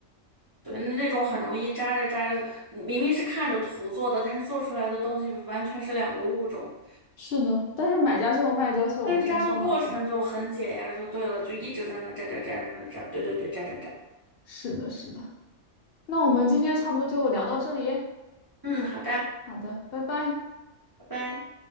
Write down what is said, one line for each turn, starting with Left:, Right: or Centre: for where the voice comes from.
Right: 对那种很容易扎着扎着，明明是看着图做的，但是做出来的东西完全是两个物种。
Left: 是的，但是买家秀和卖家秀我之前刷到过。
Right: 但是扎的过程就很解压，就对了，就一直在那扎扎扎扎扎，对对对，扎扎扎。
Left: 是的，是的。那我们今天差不多就聊到这里。
Right: 嗯，好的，
Left: 好的，拜拜。
Right: 拜拜。